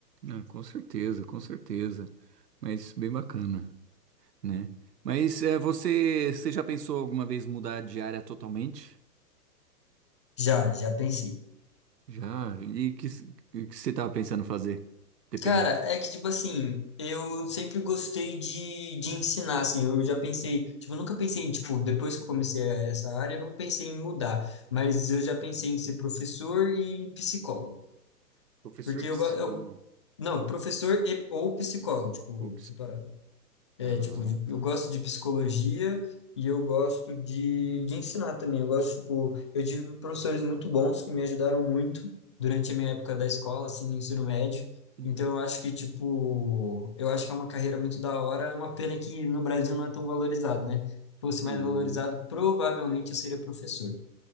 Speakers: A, on the right; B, on the left.
A: ah, com certeza, com certeza. Mas bem bacana, né? Mas é, você, você já pensou alguma vez mudar de área totalmente?
B: Já, já pensei.
A: Já. E o que, o que você tava pensando fazer? Dependendo.
B: Cara, é que, tipo assim, eu sempre gostei de, de ensinar, assim, eu já pensei, tipo, eu nunca pensei em, tipo, depois que eu comecei essa área, eu não pensei em mudar, mas eu já pensei em ser professor e psicólogo,
A: Eu fiz
B: porque
A: foi psicólogo.
B: eu, go- eu não, professor e, ou psicólogo, tipo,
A: Ou
B: separado. É,
A: Ah,
B: tipo, de-
A: tá.
B: eu gosto de psicologia e eu gosto de, de ensinar também. Eu gosto, tipo, eu tive professores muito bons que me ajudaram muito durante a minha época da escola, assim, no ensino médio.
A: Hum.
B: Então, eu acho que, tipo, eu acho que é uma carreira muito da hora. É uma pena que no Brasil não é tão valorizado, né? Se fosse
A: Hum,
B: mais valorizado,
A: pra
B: provavelmente eu seria professor.